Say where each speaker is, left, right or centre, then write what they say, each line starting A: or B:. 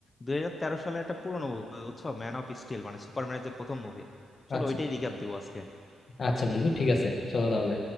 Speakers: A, on the left; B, on the left.
A: দুই হাজার তেরো সালে একটা পুরনো মুভি বুঝছো ম্যান অফ স্টিল মানে সুপারম্যানের যে প্রথম মুভি চলো
B: আচ্ছা।
A: ওইটাই রিক্যাপ দিব আজকে
B: আচ্ছা বন্ধু ঠিক আছে চলো তাহলে